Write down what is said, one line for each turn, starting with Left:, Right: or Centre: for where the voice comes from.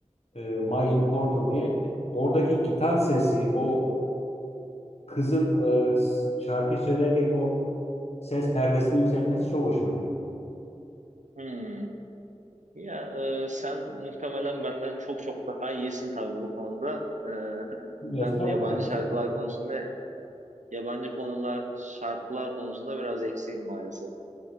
Left: E, My Immortal diye. Oradaki gitar sesi, o kızın e, s- şarkı söylerken o ses perdesini yükseltmesi çok hoşuma gidiyor.
Right: Hmm. Ya e, sen muhtemelen benden çok çok daha iyisin tabii bu konuda. E, <laughs> ben
Left: Estağfurullah
Right: yabancı
Left: ya
Right: şarkılar
Left: sadece.
Right: konusunda, yabancı konular, şarkılar konusunda biraz eksiğim maalesef.